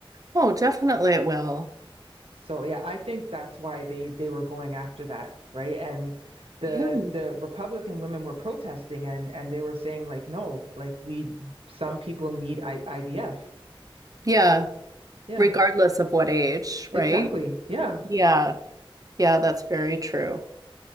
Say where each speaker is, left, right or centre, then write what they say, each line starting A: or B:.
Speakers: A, on the right; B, on the right.
A: Oh, definitely it will.
B: So yeah, I think that's why they they were going after that, right? And the
A: Yeah.
B: the Republican women were protesting and and they were saying like, no, like we some people need I, IVF.
A: Yeah.
B: Yeah,
A: Regardless of what age,
B: exactly.
A: right?
B: Yeah,
A: Yeah. Yeah, that's very true.